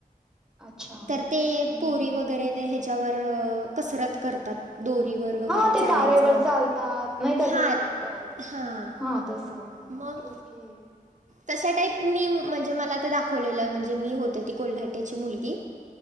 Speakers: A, in the centre; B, on the right.
A: अच्छा.
B: तर ते
A: हं,
B: पोरी
A: हं.
B: वगैरे ते त्याच्यावर कसरत करतात दोरीवर वगैरे
A: हा
B: चालायचं
A: ते तारेवर चालतात नाही का
B: हां
A: ते हा
B: हां
A: तसं
B: मग
A: ओके, ओके.
B: तशा टाईप मी म्हणजे मला ते दाखवलेलं म्हणजे मी होत ती कोल्हाट्याची मुलगी.